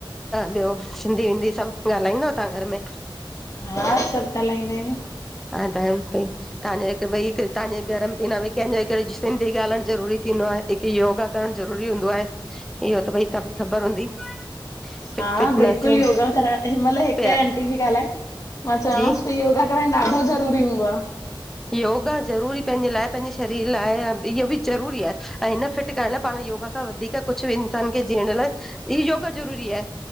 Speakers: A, in the centre; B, on the left (about 40°).
A: ॿियो सिंधी विंधी सभु ॻाल्हाईंदव तव्हां घर में?
B: हा सब ॻाल्हाईंदा आहियूं।
A: ह ता पई <unintelligible> तव्हांजो भई तव्हांजे घर में थी करे सिंधी ॻाल्हाइणु ज़रूरी थींदो आहे। हिकु योगा करणु ज़रूरी हूंदो आहे, इहो त भई सब ख़बर हूंदी। फिट
B: हा
A: फिटनेस
B: बिल्कुलु योगा कर, हिन मइल हिक
A: पिया
B: आंटी पई ॻाल्हाए मां चवांसि
A: जी
B: पई योगा कराइणु ॾाढो ज़रूरी हूंदो आ।
A: योगा ज़रूरी पंहिंजे लाए, पंहिंजे शरीर लाए इहो बि ज़रूरी आहे ऐं हिन फिट करण लाइ पाण योगा खां वधीक कुछ बि इंसान खे जीअण लाए ई योगा ज़रूरी आहे,